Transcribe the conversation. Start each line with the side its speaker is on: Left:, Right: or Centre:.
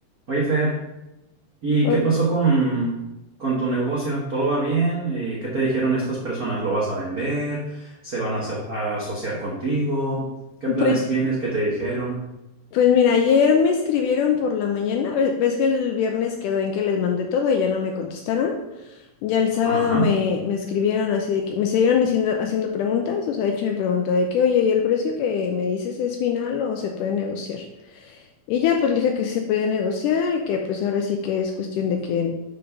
Right: Oye, Fer, ¿y
Left: Hola.
Right: qué pasó con, con tu negocio? ¿Todo va bien? Eh, ¿Qué te dijeron estas personas? ¿Lo vas a vender? ¿Se van a, aso- a asociar contigo? ¿Qué planes
Left: Pues,
Right: tienes? ¿Qué te dijeron?
Left: pues mira, ayer me escribieron por la mañana. ve- Ves que el viernes quedó en que les mandé todo y ya no me contestaron. Ya el sábado
Right: Ajá,
Left: me, me escribieron así de que me siguieron haciendo, haciendo preguntas. O sea, de hecho me preguntó de que, oye, ¿y el precio que me dices es final o se puede negociar? Y ya pues le dije que sí se podía negociar y que pues ahora sí que es cuestión de que